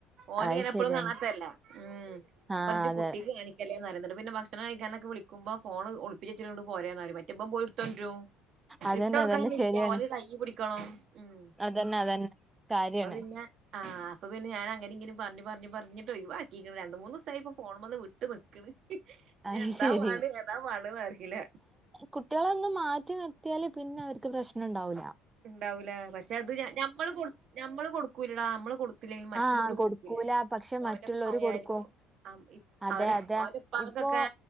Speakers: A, on the right; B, on the right.
A: ഓനിങ്ങനെ
B: അത്
A: എപ്പളും
B: ശരിയാണ്
A: കാണാത്തല്ല. ഉം ഞാപറിം
B: ആ
A: ഇജ്
B: അതെ
A: കുട്ടിക്ക് കാണി ല്ലേന്ന് പറയും ഇന്നിട്ട് പിന്നെ ഭക്ഷണം കഴിക്കാനൊക്കെ വിളിക്കുമ്പോ ഫോണ് ഒളിപ്പിച്ചേചിട്ട് ഇങ്ങിട് പോരെന്ന് പറയും. മറ്റേ ഇബം പോയിട്ത്തൊണ്ടരും.
B: അതന്നെ
A: ഇട്ടോടുക്കണംന്നില്ല
B: അതന്നെ ശരിയാണ്
A: ഒന്റൊരു കയ്യ് പിടിക്കണം. ഉം.
B: അതന്നെ അതന്നെ കാര്യാണ്
A: അതുപിന്നെ ആം അപ്പൊ പിന്നെ ഞാനങ്ങനീങ്ങനീം പറഞ്ഞ്പറഞ്ഞ്പറഞ്ഞിങ്ങിട് ഒയിവാക്കിക്കുണു. രണ്ടുമൂന്നൂസായിപ്പോ ഫോണിമ്മന്ന് വിട്ട് നിക്ക്ണ്. ഇനി
B: അത്
A: എന്താപാട്
B: ശരി
A: ഏതാപാടെന്നറീയില്ലാ
B: കുട്ടിയേളൊന്ന് മാറ്റി നിർത്തിയാല് പിന്നെ അവർക്ക് പ്രശ്നണ്ടാവൂല്ല.
A: ഇണ്ടാവൂല പക്ഷെ അത് ഞ ഞമ്മള് കൊട് ഞമ്മള് കൊടുക്കൂലടാ നമ്മള് കൊടുത്തില്ലെങ്കില് മറ്റുള്ളവര്
B: ആ
A: കൊടു
B: കൊടുക്കൂല
A: പ്പ്ല്ലേ
B: പക്ഷെ
A: ഇപ്പൊ
B: മറ്റുള്ളവര്
A: അവന്റെ പ്പായാലും
B: കൊടുക്കും
A: ആം ഇ
B: അതെ
A: അവരെ
B: അതെ
A: അവൻറ്റെപ്പ് ഇപ്പൊ അനക്കൊക്കെ
B: ഇപ്പോ